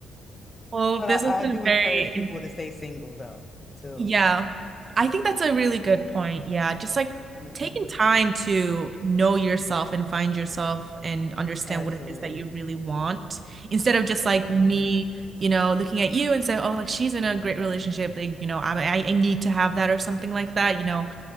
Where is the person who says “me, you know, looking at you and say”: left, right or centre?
Right